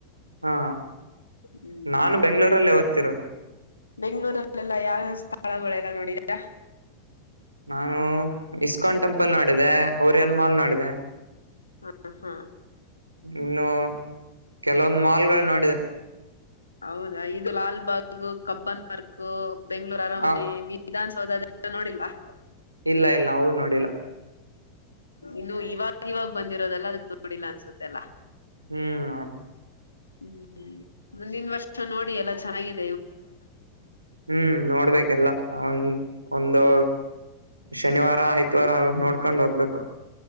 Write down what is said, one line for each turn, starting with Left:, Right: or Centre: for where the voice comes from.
Right: ಹಾ
Left: ಹ್ಮ್
Right: ನಾನು ಬೆಂಗಳೂರಲ್ಲೇ ಓದ್ತಿಿರೋದು
Left: ಬೆಂ್ಗಳೂರಲ್ಲೆಲ್ಲ ಯಾವ್ಯಾವ ಸ್ಥಳಗಳೆಲ್ಲ ನೋಡಿದೀರಾ
Right: ನಾನು ಇಸ್ಕಾನ್ ಟೆಂಪಲ್ ನೋಡಿದೆೆ ಓರಿಯನ್ ಮಾಲ್ ನೋಡಿದೆ
Left: ಹಾ ಹಾ
Right: ಇನ್ನು ಕೆಲವೊಂದು ಮಾಲ್ ಗಳು ನೋಡಿದೆ
Left: ಹೌದಾಲ ಇದು ಲಾಲ್ಬಾಗ, ಕಬ್ಬನ್ ಪಾರ್ಕ್ - ಬೆಂಗಂಗಳೂರು ಅರಮನೆ.,
Right: ಆ
Left: - ವಿಧಾನಸೌಧದ ನೋಡಿಲ್ವಾ. -
Right: ಇಲ್ಲ- ಇಲ್ಲ ಅವವು ನೋಡಿಲ್ಲ. -
Left: ಇನ್ನು ಇವಾಗ- ಇವಾಗ ಬಂದಿರೋದಲ್ಲ ಅದಕ್ ನೋಡಿಲ್ಲ ಅನ್ಸುತ್ತೆಲ್ಲ. -
Right: ಹ್ಮ್,
Left: ಹ್ಮ್, ಮುಂದಿನ ವರ್ಷ ನೋಡಿ ಎಲ್ಲಾ ಚೆನ್ನಾಗ. -
Right: ಹ್ಮ್, ನೋಡ್ಬೇಕೆಲ್ಲ ಒ ಒಂದು, - ಶನಿವಾರ ಆಯ್ತ್, ವಾರ ನೋಡ್ಕೊಂಡ್ ಹೋಗ್ಬೇಕು. -